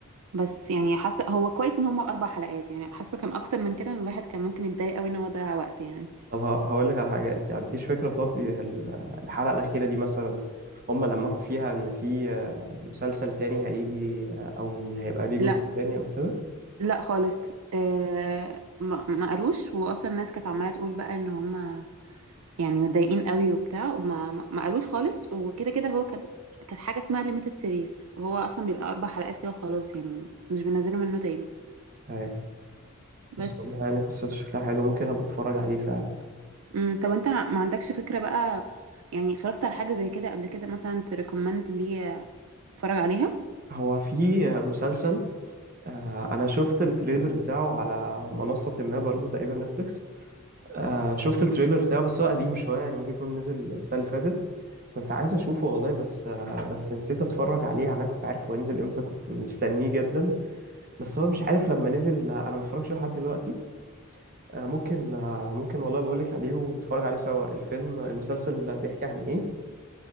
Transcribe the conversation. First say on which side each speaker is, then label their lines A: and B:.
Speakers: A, on the right; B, on the right.
A: بس يعني حاسة هو كويس ان هما اربع حلقات يعني حاسة كان اكتر من كده إن الواحد كان ممكن يتضايق قوي ان هو ضيع وقت يعني
B: طب هقول لك على حاجة انت عندكيش فكرة طب ال- الحلقة الأخيرة دي مثلا هم لمحوا فيها ان في آه، مسلسل تاني هيجي آه، او ان هيبقى ليه جزء
A: لا
B: تاني او كده
A: لا خالص آه ما, ما قالوش واصلا الناس كانت عمالة تقول بقى ان هما يعني متضايقين قوي وبتاع وما ما ما قالوش خالص وكده كده هو كان كان حاجة اسمها ليميتد سيريز هو أصلا بيبقى أربع حلقات كده وخلاص يعني مش بينزلوا منه تاني
B: ايوه بس
A: بس
B: والله يعني قصته شكلها حلو ممكن ابقى اتفرج عليه فعلا
A: مم. طب أنت ما عندكش فكرة بقى يعني اتفرجت على حاجة زي كده قبل كده مثلا تريكومند ليا اتفرج عليها
B: هو في آه، مسلسل آه، انا شفت التريلر بتاعه على منصة ما برضو تقريبا نتفليكس آه، شفت التريلر بتاعه بس هو قديم شوية يعني ممكن يكون نزل السنة اللي فاتت كنت عايز اشوفه والله بس آه، بس نسيت اتفرج عليه يعني انا كنت عارف هو ينزل امتى كنت مستنيه جدا بس هو مش عارف لما نزل انا ما اتفرجش لحد دلوقتي آه، ممكن آه، ممكن والله بقول لك عليه ونتفرج عليه سوا الفيلم المسلسل بيحكي عن ايه